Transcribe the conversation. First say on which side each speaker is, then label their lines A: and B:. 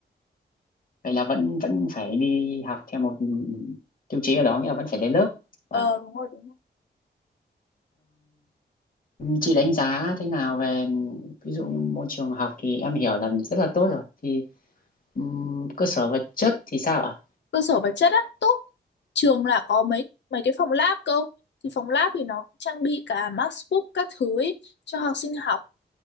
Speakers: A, on the left (about 50°); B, on the left (about 75°).
A: vậy là vẫn vẫn phải đi học theo một tiêu chí ở đó nghĩa là vẫn phải lên lớp Vâng.
B: ờ đúng rồi đúng rồi
A: Ừm, chị đánh giá thế nào về ví dụ như môi trường học thì em hiểu là rất là tốt rồi thì ừm, cơ sở vật chất thì sao ạ
B: cơ sở vật chất á tốt trường là có mấy mấy cái phòng lab cơ thì phòng lab thì nó cũng trang bị cả MacBook các thứ ấy, cho học sinh học